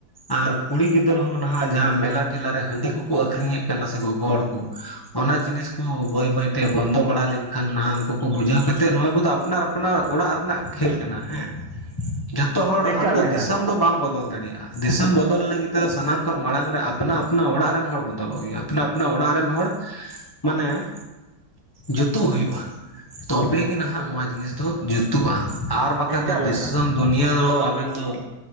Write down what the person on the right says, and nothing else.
ᱮᱠᱟᱞ
ᱮᱠᱟᱞ
ᱮᱠᱟᱞ
ᱮᱠᱟᱞ